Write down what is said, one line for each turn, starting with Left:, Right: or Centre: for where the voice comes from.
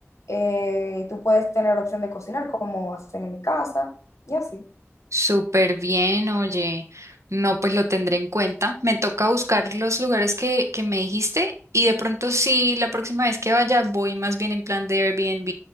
Left: eh, tú puedes tener opción de cocinar como hacen en mi casa y así.
Right: súper bien, oye. No, pues lo tendré en cuenta. Me toca buscar los lugares que, que me dijiste y de pronto sí, la próxima vez que vaya voy más bien en plan de Airbnb